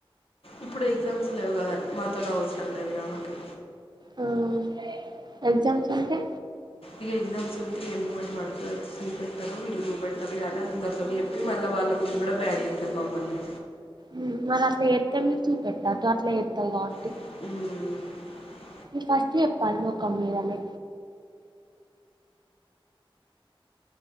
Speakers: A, on the left; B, on the right.
A: ఇప్పుడు ఎగ్జామ్స్ లేవు కదా మాతోటి అవసరం లేదు ఆమెకి.
B: మ్మ్ ఎగ్జామ్స్ అంటే
A: ఇగ ఎగ్జామ్స్ ఉంటే ఏమ్మటి పడుత చూపెట్టరు వీళ్ళు చూపెట్టరు అయిన అందరి తోటి చెప్పి మళ్ళ వాళ్ళ ముందు కూడ బ్యాడ్ చేత్తది మమ్మల్ని.
B: మ్మ్ మరి అట్ల చె ప్తే మీరు చూపెట్టద్దు అట్ల చెప్తది కాబట్టి
A: మ్మూ
B: మీర్ ఫస్ట్ చెప్పండి మొఖం మీదనే.